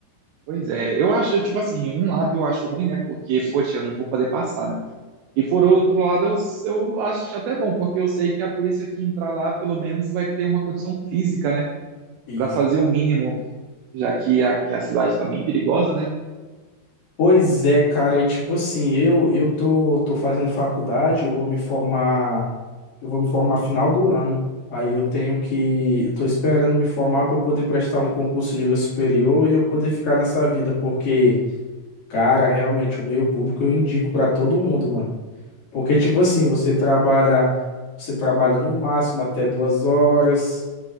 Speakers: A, on the right; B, on the left.
A: Pois é, eu acho, tipo assim, um lado eu acho ruim, né? Porque, poxa, eu não vou poder passar, né? E por outro lado, eu, eu acho até bom, porque eu sei que a polícia que entrar lá, pelo menos, vai ter uma condição física, né?
B: Isso.
A: para fazer o mínimo, já que a, que a cidade está bem perigosa, né?
B: Pois é, cara, e tipo assim, eu eu tô, tô fazendo faculdade, eu vou me formar, eu vou me formar final do ano. Aí eu tenho que, eu tô esperando me formar para eu poder prestar um concurso nível superior e eu poder ficar nessa vida, porque Cara, realmente, o meio público eu indico pra todo mundo, mano. Porque, tipo assim, você trabalha, você trabalha no máximo até duas horas,